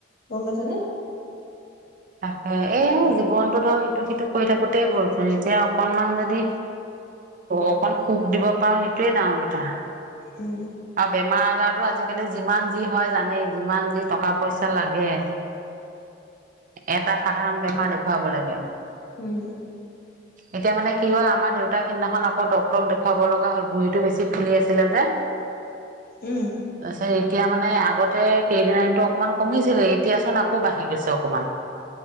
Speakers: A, on the left; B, on the right.
A: গম পাইছা নে?
B: অ' এই- মন্টো ধৰ ইটো সিটো, কৰি থাকোতেই গ'লচোন, এতিয়া অকণমান যদি অকণ সুখ দিব পাৰোঁ সেইটোৱে ডাঙৰ কথা।
A: উম
B: আৰু বেমাৰ-আজাৰ বোলো, আজিকালি যিমান যি হয় জানেই। যিমান যি, টকা-পইচা লাগে। এটা সাধাৰণ বেমাৰ- ভাব লাগে
A: উম'
B: এতিয়া মানে কি হ'ল, আমাৰ দেউতাই সিদিনাখন আকৌ ডাক্তৰক দেখুৱাব লগা হ'ল। ভৰিটো বেছি ফুলি আছিলে যে।
A: উম
B: আছে। এতিয়া মানে- আগতে ক্ৰিয়েটিনিনটো অকণমান কমিছিলে, এতিয়াচোন আকৌ বাঢ়ি গৈছে অকণমান।